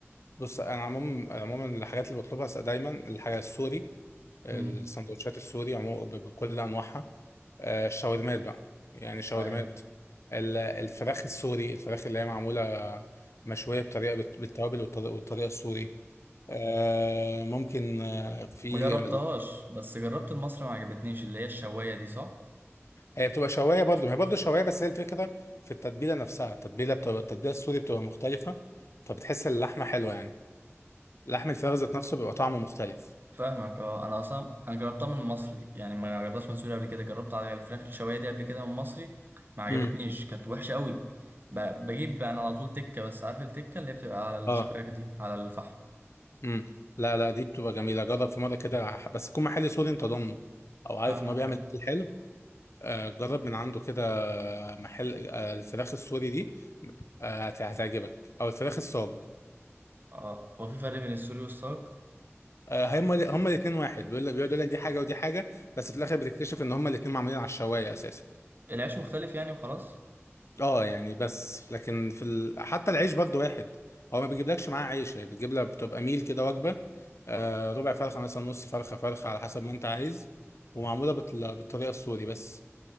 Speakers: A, on the left; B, on the right.
A: بص انا عموما عموما الحاجات اللي بطلبها س- دايما الحاجه السوري السندوتشات
B: امم
A: السوري عموما ب- بكل انواعها آه، الشاورمات بقى يعني الشاورمات
B: ايوه
A: ال- الفراخ السوري الفراخ اللي هي معموله مشويه بطريقه بالت- بالتوابل والطري- والطريقه السوري آه، ممكن آه، في
B: ما جربتهاش بس جربت المصري ما عجبتنيش اللي هي الشوايه دي صح
A: هي بتبقى شوايه برضه ما هي برضه شوايه بس هي الفكره في التتبيله نفسها التتبيله بتبقى التتبيله السوري بتبقى مختلفه فبتحس اللحمه حلوه يعني لحم الفراخ ذات نفسه بيبقى طعمه مختلف
B: فاهمك اه انا اصلا انا جربتها من مصري يعني ما جربتهاش من سوريا قبل كده جربت على الفراخ الشوايه دي قبل كده من مصري ما عجبتنيش
A: امم
B: كانت وحشه قوي ب... بجيب يعني على طول تكه بس عارف التكه اللي هي بتبقى على الشباك
A: اه
B: دي على الفحم
A: امم لا لا دي بتبقى جميله جرب في مره كده ح- بس تكون محل سوري انت ضامنه او عارف
B: فاهمك
A: ان هو بيعمل
B: اه
A: اكل حلو آه جرب من عنده كده محل آه الفراخ السوري دي آه هت- هتعجبك او الفراخ الصاج
B: اه هو في فرق بين السوري والصاج
A: آه هم هم الاثنين واحد بيقول لك بيقعد يقول لك دي حاجه ودي حاجه بس في الاخر بتكتشف ان هم الاثنين معمولين على الشوايه اساسا
B: العيش مختلف يعني وخلاص
A: اه يعني بس لكن في ال... حتى العيش برضو واحد هو ما بيجيبلكش معاه عيش هي بتجيب لك بتبقى ميل كده وجبه آه ربع فرخه مثلا نص فرخه فرخه على حسب ما انت عايز ومعموله بت... بالطريقه السوري بس